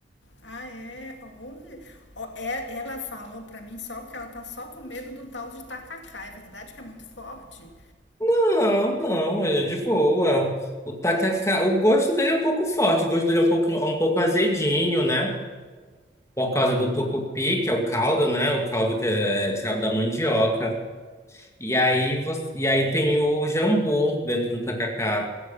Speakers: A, on the left; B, on the left.
A: Ah, é? Onde? Ó, é- ela falou pra mim só que ela tá só com medo do tal de tacacá. É verdade que é muito forte?
B: Não, não, ele é de boa. O tacacá, o gosto dele é um pouco forte, o gosto dele é um pouco, um pouco azedinho, né? por causa do tucupi, que é o caldo, né? O caldo que é tirado da mandioca. E aí, você, e aí tem o jambu dentro do tacacá,